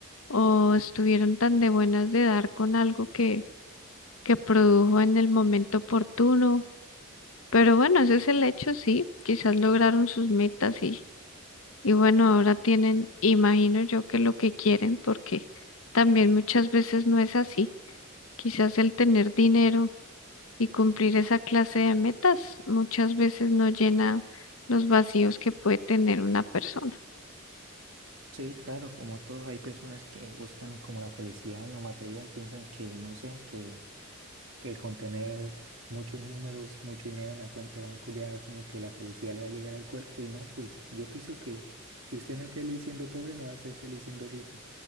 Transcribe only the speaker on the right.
Sí, claro. Como todos, hay personas que buscan como la felicidad en lo material, piensan que, no sé, que, que con tener muchos números, mucho dinero en la cuenta de banco ya como que la felicidad le va a llegar al cuerpo y no, pues yo pienso que si usted no es feliz siendo pobre, no va a ser feliz siendo rico.